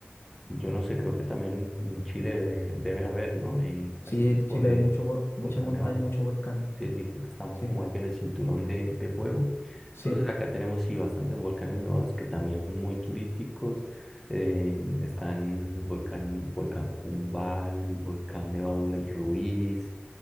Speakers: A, in the centre; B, on the left.
A: yo no sé, creo que también en Chile de- deben haber, ¿no? Eh,
B: Sí,
A: así tipo
B: en Chile
A: de
B: hay mucho, vo- muchas
A: volcán
B: montañas,
A: nevado.
B: mucho volcán.
A: Sí, sí, porque estamos
B: Sí,
A: como ahí en el cinturón de, de fuego.
B: sí.
A: Entonces acá tenemos sí bastantes volcanes nevados que también son muy turísticos. Eh, están el volcán, volcán Cumbal, volcán Nevado del Ruiz.